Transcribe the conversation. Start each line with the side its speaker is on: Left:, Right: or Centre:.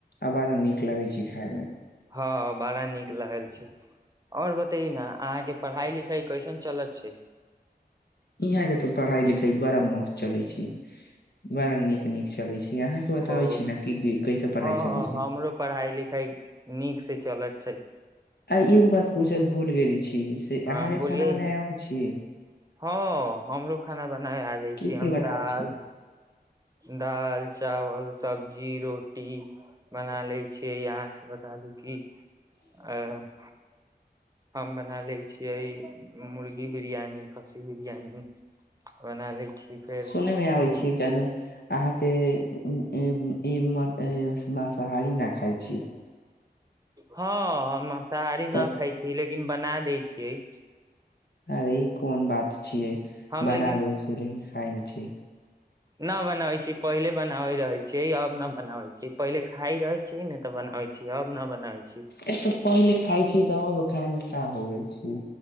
Left: आ बड़ा नीक लगे छै खाय में।
Right: हँ बड़ा नीक लागल छै। और बतायेै नऽ आहाँके पढ़ाई लिखाई कैसन चलत छै?
Left: यहाँ के तऽ पढ़ाई लिखाई बड़ा मस्त चलै छै। बारा नीक नीक चलै छै यहाँ के बताबै
Right: ओ
Left: छी ने कि की कैसे पढ़ाई
Right: हँ
Left: चलै छै।
Right: हमरो पढ़ाई लिखाई नीक से चलत छै।
Left: आ एगो बात पूछल भूल गेल छी से
Right: हँ
Left: आहाँ के
Right: बोलियै
Left: खाना बनाय
Right: न
Left: आबै छी?
Right: हँ हमरो खाना बनाय आ जाय
Left: की
Right: छी
Left: की
Right: हम
Left: बनाबै
Right: दाल-
Left: छी
Right: दाल, चावल, सब्जी, रोटी- बना लै छियै आहाँ से बता दू कि अं। हम बना लै छियै मुर्गी बिरयानी खस्सी बिरयानी। बना लै छी।
Left: सुनै मे आबै
Right: मुर्गी
Left: छी कै दिन। आहाँके ई ई माँसाहारी नऽ खाय छी?
Right: हँ हम माँसाहारी
Left: तऽ
Right: नऽ खाय छी लेकिन बना दै छियै।
Left: अरे ई कोन बात छियै
Right: हम
Left: बना
Right: लेकिन
Left: दै छी लेकिन खाय नै छी?
Right: नऽ बनाबै छी पहिले बनाबे रहेै छियै अब नऽ बनाबै छी। पहिले खाय रहै छी नऽ तऽ बनाबै छी अब नै बनाबै छी।
Left: ए तऽ पहिले खाय छी तऽ अब खाय में का हो गेल छै?